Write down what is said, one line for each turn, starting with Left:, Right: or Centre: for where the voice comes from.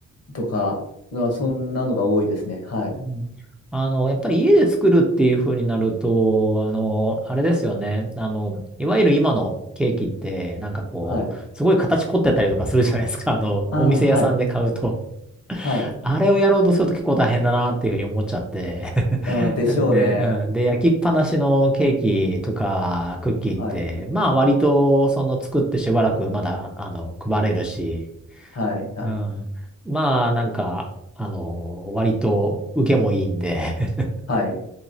Left: とか、あそんなのが多いですね。はい。
Centre: うん。あの、やっぱり家で作るっていう風になると、あの、あれですよね。あの、いわゆる今のケーキって、なんかこう、
Left: はい。
Centre: すごい形凝ってたりとかするじゃないですか。あの、
Left: ああ、
Centre: お店屋さんで買うと。
Left: はい。はい。
Centre: あれをやろうとすると結構大変だなっていうふうに思っちゃって
Left: ああ、
Centre: <laughs>
Left: でしょうね。
Centre: で、うん。で、焼きっぱなしのケーキとかクッキーって、
Left: はい。
Centre: まあ割とその作ってしばらくまだ、あの、配れるし、
Left: はい。はい。
Centre: うん。まあなんか、あの、割と受けもいいんで <laughs>
Left: はい。